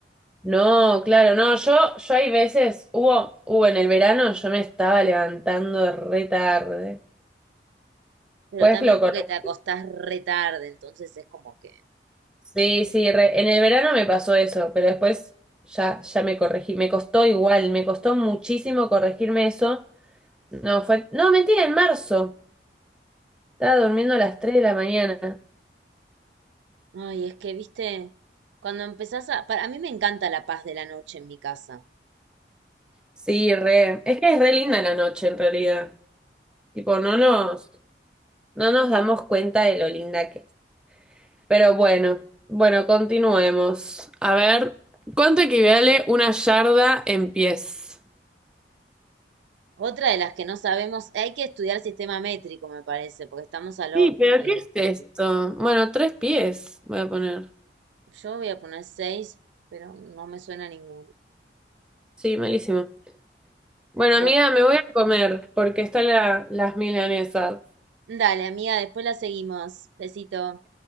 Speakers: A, in the centre; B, on the right (about 85°).
A: No, claro, no, yo, yo hay veces, hubo, hubo en el verano, yo me estaba levantando re tarde.
B: Pero
A: Pues
B: también
A: lo corregí.
B: porque te acostás re tarde, entonces es como que,
A: Sí, sí, re- en el verano me pasó eso, pero después ya, ya me corregí. Me costó igual, me costó muchísimo corregirme eso. No, fue, no, mentira, en marzo. Estaba durmiendo a las 3 de la mañana.
B: ay, es que, viste, cuando empezás a, para, a mí me encanta la paz de la noche en mi casa.
A: Sí, re. Es que es re linda la noche en realidad. Tipo,
B: Sí.
A: no nos, no nos damos cuenta de lo linda que es. Pero bueno, bueno, continuemos. A ver, ¿cuánto equivale una yarda en pies?
B: Otra de las que no sabemos, hay que estudiar sistema métrico, me parece, porque estamos al
A: Sí,
B: horno,
A: pero
B: amiga.
A: ¿qué es esto? Bueno, tres pies voy a poner.
B: Yo voy a poner seis, pero no me suena ninguno.
A: Sí, malísimo. Bueno,
B: Bueno,
A: amiga, me voy a comer porque están la- las milanesas.
B: dale, amiga, después la seguimos. Besito.